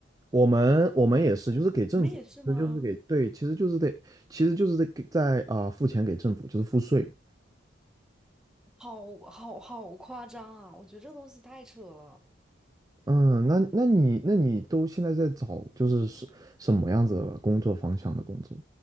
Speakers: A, on the right (about 20°); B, in the centre.
A: 我们我们也是，就是给政府，
B: 你们也是吗？
A: 其实就是给，对，其实就是得，其实就是在给在啊、付钱给政府，就是付税。
B: 好好好夸张啊！我觉得这个东西太扯了，
A: 嗯，那那你那你都现在在找就是是什么样子的工作方向的工作？